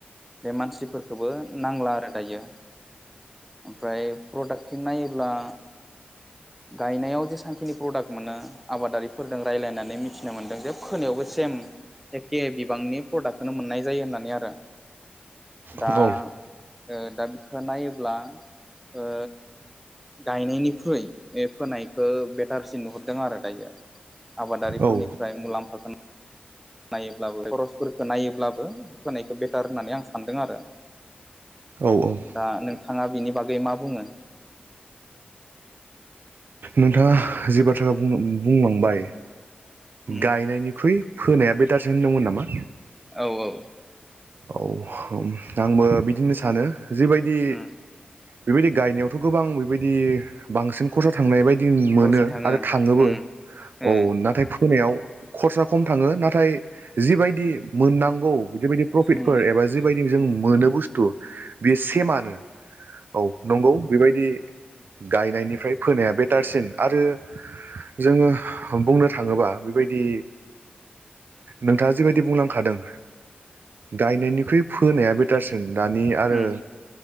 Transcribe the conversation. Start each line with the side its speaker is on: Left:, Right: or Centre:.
Centre: बे मानसिफोरखौबो नांला आरो दायो ओमफ्राय प्रडाक्थिं नायोब्ला ब्ला गायनायाव जेसेांखिनि प्रडाक्ट मोनो आबादारिफोरदों रायज्लायनानै मिथिनो मोनदों जे फोनायावबो सेम एखे बिबांनि प्रडाक्टखौनो मोननाय जायो होननानै आरो दा
Right: औ
Centre: ओ दा बिखौ नायोब्ला ओ गायनायनिख्रुइ होनायखो बेटारसिन नुहुरदों आरो दायो आबादारिफोरनिफ्राय
Right: औ
Centre: मुलाम्फा <unintelligible> नायोब्लाबो खरसफोरखौ नायोब्लाबो होनायखौ बेटार होननानै आं सानदों आरो
Right: औ औ
Centre: दा नोंथाङा बिनि बागै मा बुङो
Right: नोंथाङा जि बाथ्राखौ बुं बुंलांबाय
Centre: उम
Right: गायनायनिख्रुइ फोनाया बेटारसो होनदोंमोन नामा
Centre: औ औ।
Right: औ औ आंबो बिदिनो सानो जिबायदि
Centre: उम
Right: बेबायदि गायनायावथ' गोबां बेबायदि बांसिन खरसा थांनाय बायदि दि
Centre: खरसा
Right: मोनो
Centre: थाङो
Right: आरो थाङोबो
Centre: उम ओ
Right: औ नाथाय होनायाव खरसा खम थाङो नाथाय जिबायदि मोननांगौ बिदिबायदि एबा
Centre: उम
Right: जिबायदि जों
Centre: उम
Right: मोनो बुस्थु बेयो सेमानो औ नंगौ बेबायदि गा गायनायनिफ्राय फोनाया बेटारसिन आरो जोङो बुंनो थाङोबा बेबायदि नोंथाङा जिबायदि बुंलांखादों। गायनायनिख्रुइ फोनाया बेटारसिन दानि आरो
Centre: उम